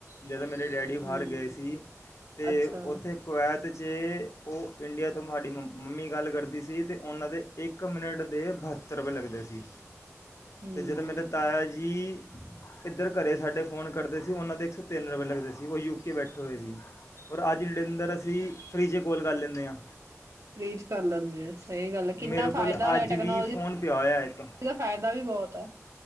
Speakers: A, on the left; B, on the right.
A: ਜਦੋਂ ਮੇਰੇ ਡੈਡੀ ਬਾਹਰ
B: ਹਮ
A: ਗਏ ਸੀ ਤੇ
B: ਅੱਛਾ
A: ਉੱਥੇ ਕੁਵੈਤ ਤ ਜੇ ਉਹ ਇੰਡੀਆ ਤੋਂ ਮਹਾਲੀ ਮੰਮੀ ਗੱਲ ਕਰਦੀ ਸੀ, ਤੇ ਉਹਨਾਂ ਦੇ ਇੱਕ ਮਿੰਟ ਦੇ ਬਹੱਤਰ ਰੁਪਏ ਲੱਗਦੇ ਸੀ।
B: ਹਮ
A: ਤੇ ਜਦੋਂ ਮੇਰੇ ਤਾਇਆ ਜੀ ਇੱਧਰ ਘਰੇ ਸਾਡੇ ਫ਼ੋਨ ਕਰਦੇ ਸੀ, ਉਹਨਾਂ ਦੇ ਇੱਕ ਸੌ ਤਿੰਨ ਰੁਪਏ ਲੱਗਦੇ ਸੀ, ਉਹ ਯੂਕੇ ਬੈਠੇ ਹੋਏ ਸੀ। ਫੇਰ ਅੱਜ <unintelligible> ਅਸੀਂ ਫਰੀ ਚ ਕੋਲ ਕਰ ਲੈਂ ਨੇ ਹਾਂ।
B: ਲੀਚ ਕਰ ਲੈਂਦੇ ਆ। ਸਈ ਗੱਲ ਐ। ਕਿੰਨਾ
A: ਮੇਰੇ ਕੋਲ
B: ਫਾਇਦਾ ਹੋਇਆ
A: ਅੱਜ
B: ਟੈਕਨੋਲੋਜੀ,
A: ਵੀ ਫੋਨ ਪਿਆ ਹੋਇਆ ਇੱਕ
B: ਦਾ ਫਾਇਦਾ ਵੀ ਬਹੁਤ ਹੈ